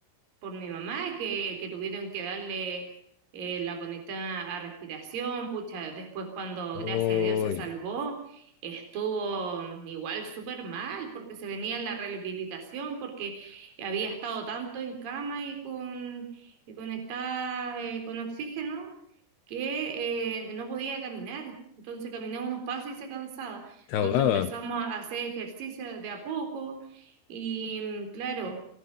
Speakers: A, on the right; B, on the left.
A: por mi mamá, que, que tuvieron que darle eh, la conectada a respiración, pucha, después cuando
B: Uy,
A: gracias a Dios se salvó, estuvo igual súper mal, porque se venía la rehabilitación, porque había estado tanto en cama y con y conectada eh, con oxígeno que eh, no podía caminar. Entonces caminaba unos pasos y se cansaba.
B: te
A: Entonces
B: ahogaba.
A: empezamos a hacer ejercicio de a poco y claro.